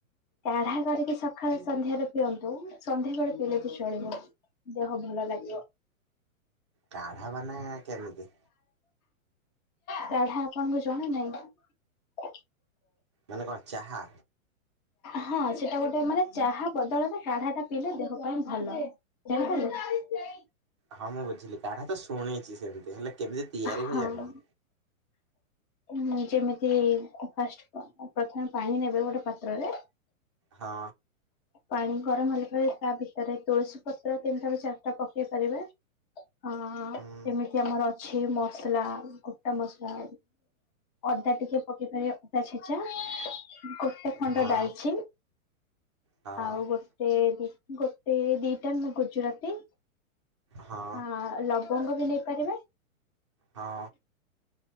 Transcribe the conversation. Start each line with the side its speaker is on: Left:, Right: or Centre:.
Left: କାଢା କରିକି ସକାଳେ ସନ୍ଧ୍ୟାରେ ପିଅନ୍ତୁ, ସନ୍ଧ୍ୟା ବେଳେ ପିଇଲେ ବି ଚଳିବ। ଦେହ ଭଲ ଲାଗିବ।
Right: କାଢା ମାନେ କେମିତି?
Left: କାଢା ଆପଣଙ୍କୁ ଜଣା ନାହିଁ କି?
Right: ମାନେ କଣ ଚାହା?
Left: ହଁ ସେଟା ଗୋଟେ ମାନେ ଚାହା ବଦଳରେ କାଢା ଟା ପିଇଲେ ଦେହ ପାଇଁ ଭଲ। ଚାହା ପିଇବ
Right: ହଁ ମୁଁ ବୁଝିଲି କାଢା ତ ଶୁଣିଛି ସେମିତି ହେଲେ କେମିତି ତିଆରି
Left: ହଁ
Right: ହୁଏ ଜାଣିନି।
Left: <inaudible> ଯେମିତି ଫାଷ୍ଟ ପ୍ରଥମେ ପାଣି ନେବେ ଗୋଟେ ପାତ୍ରରେ।
Right: ହଁ।
Left: ପାଣି ଗରମ ହେଲା ପରେ ତା ଭିତରେ ତୁଳସୀ ପତ୍ର ତିନିଟା ରୁ ଚାରିଟା ପକେଇ ପାରିବେ। ଅ
Right: ହୁଁ
Left: ଏମିତି ଆମର ଅଛି ମସଲା ଗୋଟା ମସଲା ଅଦା ଟିକେ ପକେଇ ପାରିବେ ଅଦା ଛେଚା ଗୋଟେ ଖଣ୍ଡ
Right: ହଁ
Left: ଡାଲଚିନି
Right: ହଁ
Left: ଆଉ ଗୋଟେ ଦି ଗୋଟେ ଦିଟା ନ ଗୁଜୁରାତି
Right: ହଁ।
Left: ଆ ଲବଙ୍ଗ ବି ନେଇପାରିବେ
Right: ହଁ।